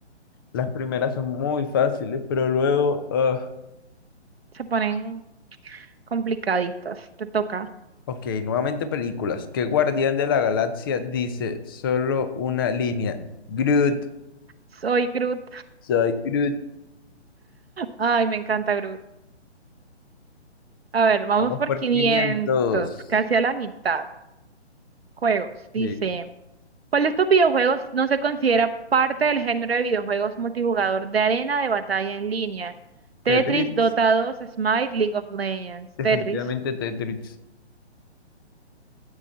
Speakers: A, on the left; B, on the right.
A: Las primeras son muy fáciles, pero luego... ah,
B: Se ponen complicaditas, te toca.
A: Ok, nuevamente películas. ¿Qué guardián de la galaxia dice solo una línea? Groot,
B: Soy Groot.
A: soy Groot.
B: Ay, me encanta Groot. A ver, vamos
A: Vamos
B: por
A: por
B: 500,
A: 500.
B: casi a la mitad. Juegos, dice.
A: Sí.
B: ¿Cuál de estos videojuegos no se considera parte del género de videojuegos multijugador de arena de batalla en línea? Tetris,
A: Tetris,
B: Dota 2, Smite, League of Legends.
A: definitivamente
B: Tetris.
A: Tetris.